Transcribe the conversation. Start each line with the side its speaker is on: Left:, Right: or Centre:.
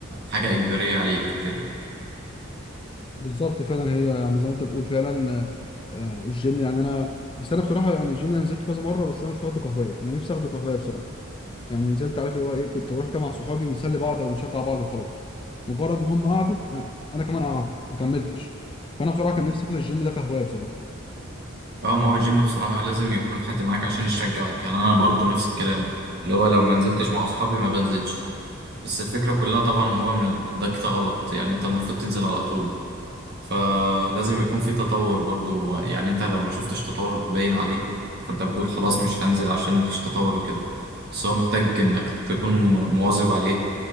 Right: حاجة إجبارية عليك وكده
Left: بالظبط فعلا هي يعني زي ما انت بتقول فعلا آه، آه، الجيم يعني انا بس انا بصراحة يعني الجيم انا نزلت كذا مرة بس انا مش واخده كهواية انا نفسي اخده كهواية بصراحة يعني نزلت عارف اللي هو ايه كنت بروح كده مع صحابي بنسلي بعض او بنشجع بعض وخلاص مجرد ما هم قعدوا آه، انا كمان قعدت ما كملتش فانا بصراحة كان نفسي اخد الجيم ده كهواية بصراحة
Right: اه ما هو الجيم بصراحة لازم يكون حد معاك عشان يشجعك يعني أنا برضو نفس الكلام اللي هو لو ما نزلتش مع أصحابي ما بنزلش بس الفكرة كلها طبعا هو من ده كده غلط يعني أنت المفروض تنزل على طول فلازم يكون في تطور برضو ما يعني أنت لو ما شفتش تطور باين عليك فأنت بتقول خلاص مش هنزل عشان ما فيش تطور وكده بس هو محتاج إنك تكون م- مواظب عليه